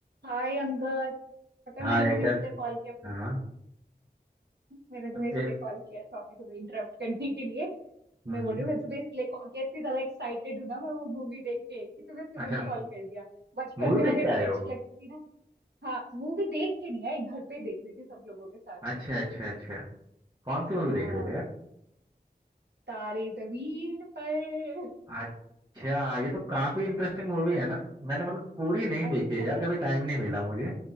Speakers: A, on the right; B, on the right.
A: हाय अंगद पता है
B: हाँ
A: मैंने तुम्हें
B: एक ऐस-
A: इसलिए कॉल किया मैंने
B: हाँ
A: मैंने तुम्हें इसलिए
B: ए,
A: कॉल किया सॉरी तुम्हें इंटरप्ट करने के लिए
B: हम्म
A: मैं बोल रही हूँ मैं तुम्हें इसलिए कॉल किया इतनी ज्यादा एक्साइटेड हूँ ना मैं वो मूवी देख के कि तुम्हें तुरंत
B: अच्छा
A: कॉल कर दिया बचपन
B: मूवी
A: में हमें
B: देख के
A: इतनी
B: आए
A: अच्छी
B: हो
A: लगती थी ना हाँ मूवी देख के नहीं आई घर पे ही देख रही थी सब लोगों के साथ
B: अच्छा
A: में
B: अच्छा अच्छा कौन सी मूवी
A: हाँ
B: देख रहे थे यार
A: तारे जमीन पर
B: अच्छा ये तो काफी इंटरेस्टिंग मूवी
A: <laughs> हाँ,
B: है ना मैंने मतलब पूरी नहीं
A: अरे
B: देखी है
A: हाँ
B: यार कभी टाइम नहीं मिला मुझे